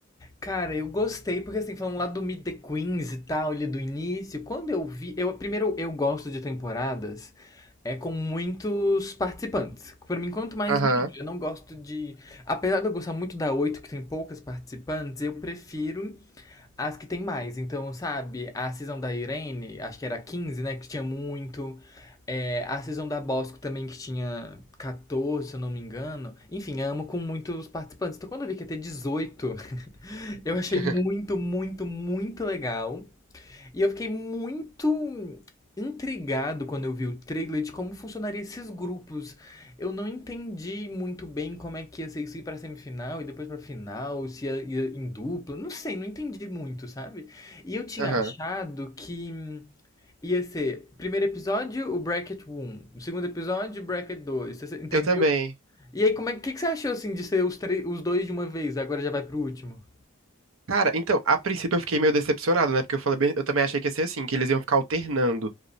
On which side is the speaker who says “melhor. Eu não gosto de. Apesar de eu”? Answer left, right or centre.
Left